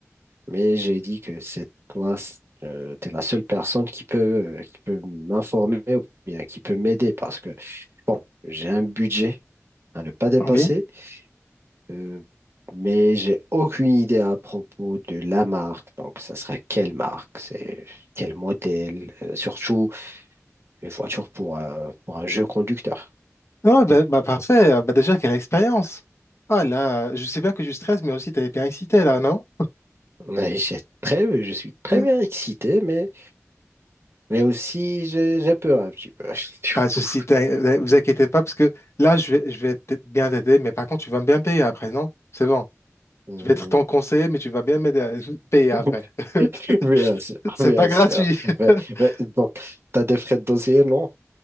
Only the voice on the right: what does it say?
mais j'ai dit que c'est toi, euh, t'es la seule personne qui peut, euh, qui peut m'informer ou bien qui peut m'aider parce que, bon, j'ai un budget à ne pas dépasser.
Euh, mais j'ai aucune idée à propos de la marque. Donc, ça sera quelle marque, c'est quel modèle, euh, surtout une voiture pour un, pour un jeu conducteur.
Mais j'ai très, je suis très
bien excité, mais, mais aussi j'ai j'ai peur un petit peu.
<laughs>
Euh,
<laughs>
Bien sûr,
bien
sûr.
Mais- mais donc, tu as des frais de dossier, non?